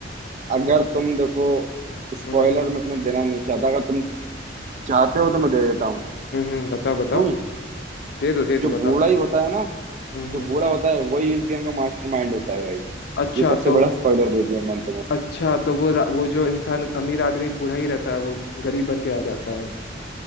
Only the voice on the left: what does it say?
हम्म
हम्म हम्म, बताओ बताओ
दे दो दे दो
बता
दो
मेरे
को
हम्म
हम्म।
अच्छा
तो
अच्छा तो वो रा- वो जो इंसान अमीर आदमी बूढ़ा ही रहता है वो गरीब बन के आ जाता है